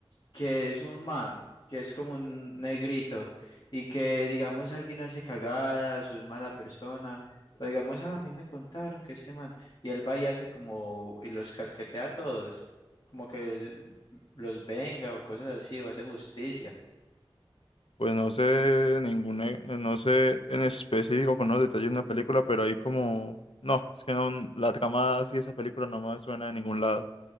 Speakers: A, on the left (about 55°); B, on the left (about 80°).
A: Que es un man, que es como un negrito, y que digamos alguien hace cagadas o es mala persona, o digamos, "Ah, a mí me contaron que este man, y él va y hace como, y los casquetea a todos, como que es- los venga o cosas así, o hace justicia.
B: Pues no sé ninguna, no sé en específico con los detalles de una película, pero hay como, no, es que no, la trama así de esa película no me suena de ningún lado.